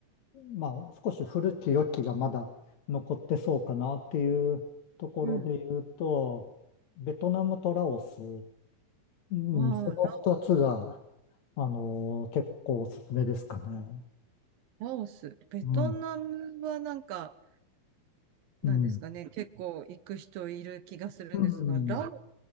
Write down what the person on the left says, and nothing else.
まあ少し古き良きがまだ残ってそうかなっていうところで言うと、
ベトナムとラオス、うん、
その二つが、
あの、結構おすすめですかね。
うん、うん、
うん。